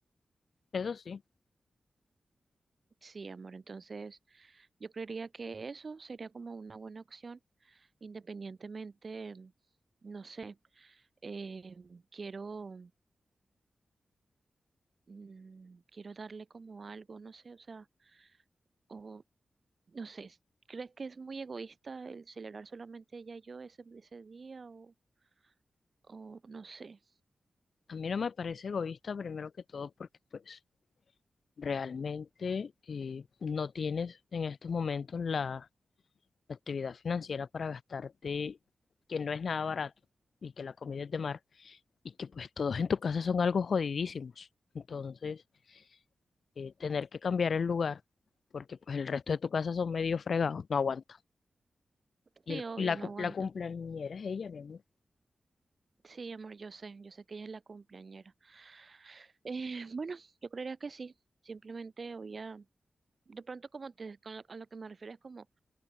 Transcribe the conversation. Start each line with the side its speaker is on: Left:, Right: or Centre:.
Left: Eso sí,
Right: Sí, amor, entonces yo creería que eso sería como una buena opción, independientemente, no sé. eh, quiero, mm, quiero darle como algo, no sé, o sea, o no sé, es- ¿crees que es muy egoísta el celebrar solamente ella y yo ese, ese día o, o no sé?
Left: a mí no me parece egoísta primero que todo porque pues realmente eh, no tienes en estos momentos la actividad financiera para gastarte, que no es nada barato y que la comida es de mar y que pues todos en tu casa son algo jodidísimos. Entonces, eh, tener que cambiar el lugar porque pues el resto de tu casa son medio fregados, no aguanta. Y
Right: Sí,
Left: el-
Right: obvio,
Left: la,
Right: no
Left: cu-
Right: aguanta.
Left: la cumpleañera es ella, mi amor.
Right: Sí, amor, yo sé, yo sé que ella es la cumpleañera. <laughs> Eh, bueno, yo creería que sí, simplemente voy a, de pronto como te, con lo- a lo que me refiero es como,